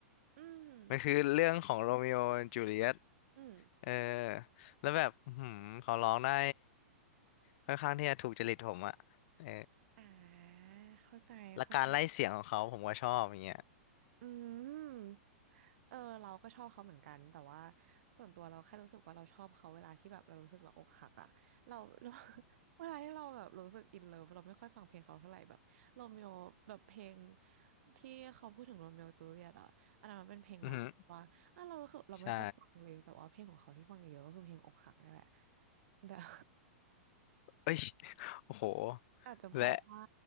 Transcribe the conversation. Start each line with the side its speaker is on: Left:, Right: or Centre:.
Right: อืม
Left: มันคือเรื่องของโรมิโอและจูเลียต
Right: อืม
Left: เออแล้วแบบอื้อหืมเขาร้องได้ค่อนข้างที่จะถูกจริตผมอ่ะเออ
Right: อ่าเข้าใจเข้าใจ
Left: และการไล่เสียงของเขาผมก็ชอบอย่างเงี้ย
Right: อืม เออ เราก็ชอบเขาเหมือนกันแต่ว่าส่วนตัวเราแค่รู้สึกว่าเราชอบเขาเวลาที่แบบเรารู้สึกเราอกหักอะเรา <laughs> เรา <laughs> เวลาที่เราแบบรู้สึกอินเลิฟเราไม่ค่อยฟังเพลงเขาเท่าไหร่แบบโรเมโอแบบเพลงที่เขาพูดถึงโรเมโอจูเลียตอะอันนั้นมันเป็นเพลงรักว่าอ่ะเรารู้สึกเราไม่ค่อยฟังเลยแต่ว่าเพลงของเขาที่ฟังเยอะๆก็คือเพลงอกหักนี่แหละ
Left: <laughs> อือหือใช่
Right: <laughs> แต่ <laughs>
Left: เอ้ยโอ้โห
Right: อาจจะเพราะว่า
Left: และ